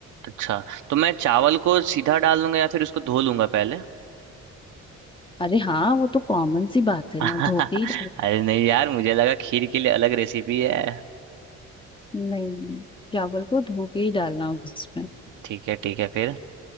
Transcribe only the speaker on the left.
अरे हाँ वो तो कॉमन सी बात है
ना धो के ही डाल
नहीं चावल को धो के ही डालना उसमें